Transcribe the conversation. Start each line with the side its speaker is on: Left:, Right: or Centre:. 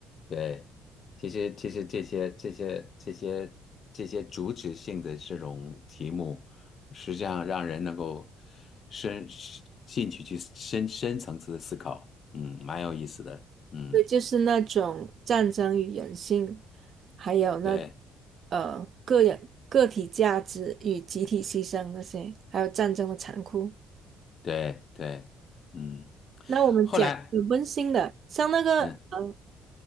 Left: 对，其实其实这些这些这些这些主旨性的这种题目，实际上让人能够深深进去去深深层次的思考，嗯，蛮有意思的，嗯，
Right: 对，就是那种战争与人性，还有那
Left: 对
Right: 呃个人个体价值与集体牺牲那些，还有战争的残酷。
Left: 对对，嗯，
Right: 那我们讲有温馨的，
Left: 后来，
Right: 像那个呃，
Left: 嗯，